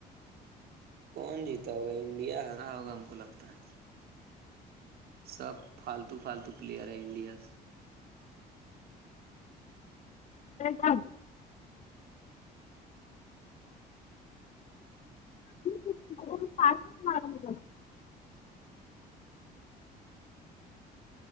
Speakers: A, on the right; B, on the left.
A: کون جیتا ہوگا انڈیا ہرا ہوگا ہم کو لگتا ہے سب فالتو فالتو پلیئر ہیں انڈیا سے
B: ہاں تو پ مار گ <unintelligible>